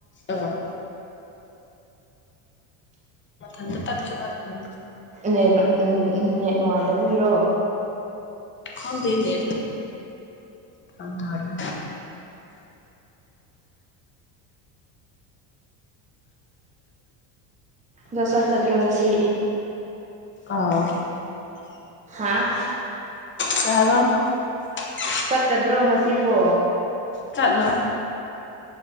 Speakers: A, on the left; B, on the right.
A: ꯑꯥ <unintelligible> ꯃꯊꯟꯗ ꯇꯥꯠꯀꯤꯕ ꯑꯗꯨꯅꯅꯤ
B: ꯅꯦꯠ ꯅꯦꯠ ꯅꯨꯡꯉꯥꯏꯇꯕꯒꯤꯔꯣ
A: ꯈꯪꯗꯦꯅꯦ ꯒ꯭ꯌꯥꯟ ꯇꯥꯗꯦ
B: ꯗꯥ ꯆꯠꯀꯥꯗ꯭ꯔ ꯉꯥꯁꯤ
A: ꯑꯥ
B: ꯑꯥ <inaudible>
A: ꯆꯥꯍꯩꯕꯝ <unintelligible>
B: ꯆꯠꯀꯗ꯭ꯔꯣ ꯉꯥꯁꯤꯕꯣ
A: ꯆꯠꯂꯣꯢ